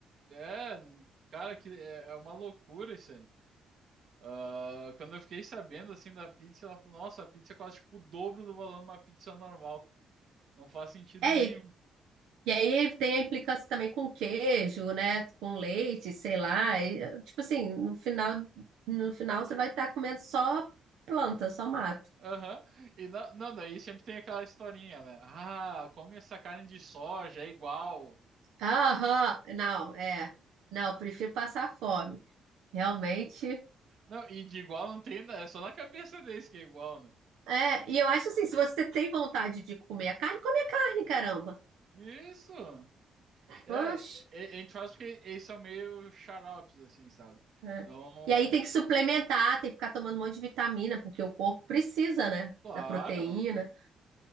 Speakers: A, on the right (about 60°); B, on the right (about 85°).
A: É, cara, que é, é uma loucura isso aí. Ah, quando eu fiquei sabendo assim da pizza, ela falou, nossa, a pizza é quase tipo o dobro do valor de uma pizza normal. Não faz sentido
B: É,
A: nenhum.
B: e, e aí tem a implicância também com queijo, né? Com leite, sei lá. E, tipo assim, no final, no final você vai estar comendo só planta, só mato.
A: Aham. E na- não, daí sempre tem aquela historinha, né? Ah, come essa carne de soja, é igual.
B: Aham, não, é. Não, prefiro passar fome. Realmente
A: Não, e de igual não tem, né? É só na cabeça deles que é igual, né?
B: É, e eu acho assim, se você tem vontade de comer a carne, come a carne, caramba.
A: Isso! É,
B: Oxe,
A: é- é- a gente faz porque eles são meio xaropes, assim, sabe?
B: né?
A: Então,
B: E aí tem que suplementar, tem que ficar tomando um monte de vitamina, porque o corpo precisa, né?
A: claro,
B: Da proteína.